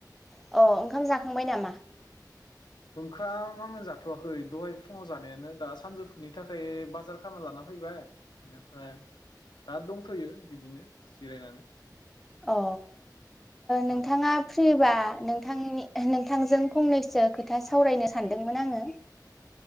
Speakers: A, in the centre; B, on the left (about 80°).
A: अ ओंखाम जाखांबाय नामा?
B: ओंखाम आङो जाथवाखै दहाय फुङाव जानायानो दा सानजौफुनि थाखाय बाजार खालामना लाना फैबाय बेनिफ्राय दा दंथयो बिदिनो जिरायनानै।
A: अ ओ नोंथाङा
B: औ
A: फ्रिबा नोंथांनि नोंथांजों फंनैसो खोथा सावरायनो सानदोंमोन आङो।